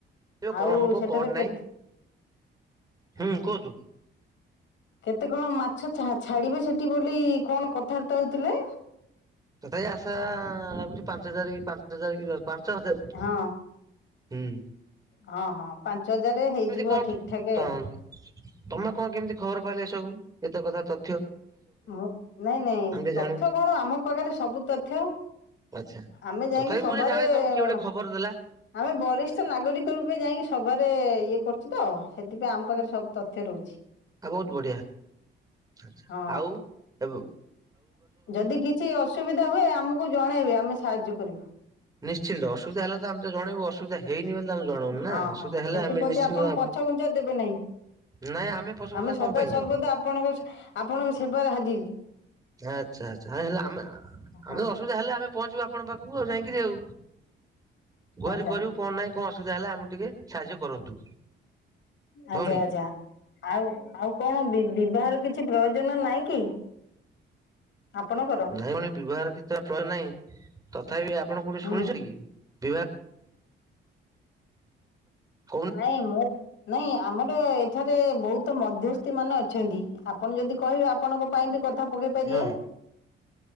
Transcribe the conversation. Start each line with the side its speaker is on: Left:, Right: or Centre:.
Right: ହୁଁ କଣ
Left: ଆଉ
Right: ହବ
Left: ସେଠାରେ
Right: କଣ ନାହିଁ
Left: କେତେ
Right: ହୁଁ
Left: ହଁ
Right: କୁହନ୍ତୁ।
Left: କେତେ କଣ ମାଛ ଛାଡିବେ ସେଠି ବୋଲି କଣ କଥାବାର୍ତ୍ତା ହଉଥିଲେ?
Right: ତଥାପି ଆସା ଆଉୁଛି ପାଞ୍ଚ ହଜାର କି ପାଞ୍ଚ ହଜାର କି ପାଞ୍ଚ ହଜାର
Left: ହଁ
Right: ହୁଁ ହୁଁ।
Left: ହଁ ହଁ ପାଞ୍ଚ ହଜାର ହେଇଯିବ
Right: କଣ
Left: ଠିକ ଠାକ
Right: ତ
Left: ଆଉ।
Right: ତମେ କଣ କେମିତି ଖବର ପାଇଲେ ଏ ସବୁ ଏତେ କଥା ତ
Left: ମୁଁ ନାଇଁ ନାଇଁ
Right: ଟିକେ ଜାଣୁ
Left: ତଥ୍ୟ କଣ ଆମ ପାଖରେ ସବୁ ତଥ୍ୟ।
Right: ଆଚ୍ଛା
Left: ଆମେ ଯାଇକି
Right: ତଥାପି
Left: ସଭାରେ
Right: ମୁଁ ଟିକେ ଜାଣେ ତମକୁ କିଏ ଗୋଟେ
Left: ଆମେ
Right: ଖବର ଦେଲା
Left: ବରିଷ୍ଠ ନାଗରିକ ରୂପେ ଯାଇକି ସଭାରେ ଇଏ କରୁଛି ତ ସେଥିପାଇଁ ଆମ ପାଖରେ ସବୁ ତଥ୍ୟ ରହୁଛି।
Right: ଆ ବହୁତ ବଢିଆ ଅଚ୍ଛା
Left: ହଁ
Right: ଆଉ ଏବ
Left: ଯଦି କିଛି ଅସୁବିଧା ହୁଏ ଆମକୁ ଜଣେଇବେ ଆମେ ସାହାଯ୍ୟ କରିବୁ।
Right: ନିଶ୍ଚିତ ଅସୁବିଧା ହେଲେ ତ ଆମ ତ ଜଣେଇବୁ ଅସୁବିଧା ହେଇନି ବୋଲି ତ ଆମେ ଜଣଉନୁ
Left: ହଁ
Right: ନା ଅସୁବିଧା
Left: ହଁ
Right: ହେଲେ
Left: ସେଥିପ୍ରତି
Right: ଆମେ ଆପ ନିଶ୍ଚିନ୍ତ
Left: ଆପଣ ପଛଘୁଞ୍ଚା ଦେବେ ନାହିଁ।
Right: ନାଇଁ ଆମେ ପ୍ରଶଂସା
Left: ଆମେ ସଦା
Right: କଣ ପାଇଁ
Left: ସର୍ବଦା
Right: ଦବୁ
Left: ଆପଣଙ୍କ ଆପଣଙ୍କ ସେବାରେ ହାଜିର।
Right: ଆଚ୍ଛା ଆଚ୍ଛା ହେଲେ ଆମେ
Left: ହଁ
Right: ଆମେ ଅସୁବିଧା ହେଲେ ଆମେ ପହଞ୍ଚିବୁ ଆପଣଙ୍କ ପାଖ ହଉ ଯାଇକିରି ଆଉ ଗୁହାରି
Left: ଆଚ୍ଛା
Right: କରିବୁ କଣ ନାହିଁ କଣ ଅସୁବିଧା ହେଲା ଆମେ ଟିକେ ସାହାଯ୍ୟ କରନ୍ତୁ
Left: ଆଛା
Right: ଭଉଣୀ
Left: ଆଛା ଆଉ ଆଉ କଣ ବିବାହର କିଛି କିଛି ପ୍ରୟୋଜନ ନାଇଁ କି? ଆପଣଙ୍କର?
Right: ନାଇଁ ପୁଣି ବିବାହର କିଛି ପ୍ରୟ ନାହିଁ ତଥାପି ଆପଣ କୋଉଠି
Left: ହୁଁ।
Right: ଶୁଣିଛେ କି ବିବାହ କହୁନ
Left: ନାଇଁ ମୁଁ ନାଇଁ ଆମର ଏଠାରେ ବହୁତ ତ ମଧ୍ୟସ୍ଥି ମାନେ ଅଛନ୍ତି ଆପଣ ଯଦି କହିବେ ଆପଣଙ୍କ ପାଇଁ ବି କଥା ପକେଇ ପାରିବା।
Right: ହଁ